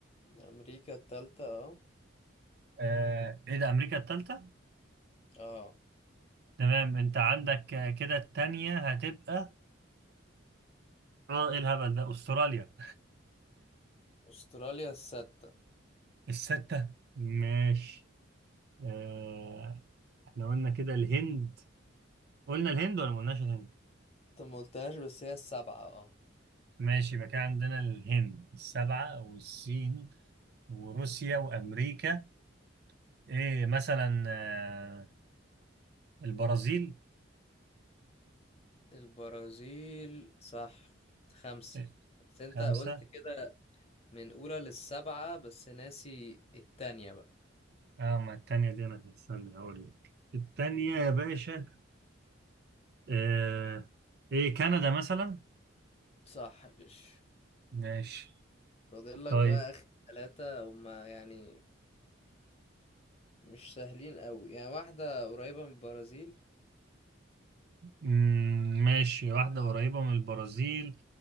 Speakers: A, on the left (about 30°); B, on the right (about 50°).
A: امريكا التالتة اه
B: آه ايه ده امريكا الثالثه
A: اه
B: تمام انت عندك آه، كده الثانيه هتبقى اه ايه الهبل ده استراليا
A: استراليا الستة
B: <laughs> السته ماشي آه احنا قلنا كده الهند قلنا الهند ولا ما قلناش الهند
A: انت ما قلتهاش بس هي السبعة اه
B: ماشي يبقى كده عندنا الهند السبعه والصين وروسيا وامريكا ايه مثلا آه البرازيل
A: البرازيل صح خمسة
B: إيه
A: بس انت
B: خمسه
A: قلت كده من اولى للسبعة بس ناسي التانية بقى
B: اه ما الثانيه دي انا استنى هقول لك الثانيه يا باشا آه، ايه كندا مثلا
A: صح يا باشا
B: ماشي
A: فاضل لك
B: طيب
A: بقى اخر ثلاثة هما يعني مش سهلين قوي يعني واحدة قريبة من البرازيل
B: مم، ماشي واحدة قريبة من البرازيل